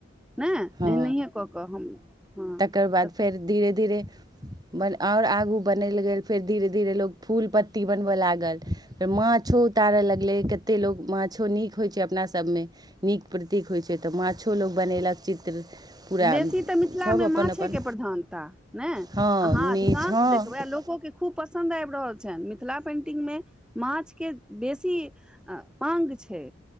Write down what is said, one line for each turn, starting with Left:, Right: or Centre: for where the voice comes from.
Centre: नए
Right: हँ
Centre: एनाहियए कऽ कऽ हम हँ
Right: तकर बाद
Centre: तऽ
Right: फेर धीरे धीरे बन आओर आगू बनयल गेल फेर धीरे धीरे लोक फूल पत्ती बनबय लागल फेर माछो उतारय लगलै कतेक लोक माछो नीक होइ छै अपनासभमे नीक प्रतीक होइ छै तऽ माछो लोक बनयेलक चित्र पूरा
Centre: बेसी तऽ मिथिलामे
Right: सब
Centre: माछेके
Right: अपन अपन
Centre: प्रधानता ने
Right: हँ
Centre: हाँ
Right: मीछ
Centre: अधिकांश
Right: हँ
Centre: देखबै आ लोको के खूब पसन्द आइब रहल छैन मिथिला पेन्टिंगमे माछके बेसी मांग छै